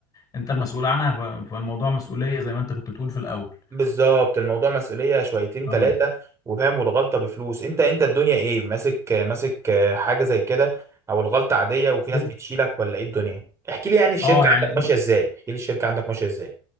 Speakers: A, on the left; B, on the right.
A: انت المسؤول عنها ف- فالموضوع مسؤوليه زي ما انت كنت بتقول في الاول
B: بالظبط الموضوع مسؤوليه شويتين
A: اه
B: ثلاثه وفاهم والغلطه بفلوس انت انت الدنيا ايه ماسك ماسك حاجه زي كده او الغلطه عاديه وفي
A: بص
B: ناس بتشيلك ولا ايه الدنيا احكي لي يعني الشركه
A: اه يعني
B: عندك ماشيه ازاي احكي لي الشركه عندك ماشيه ازاي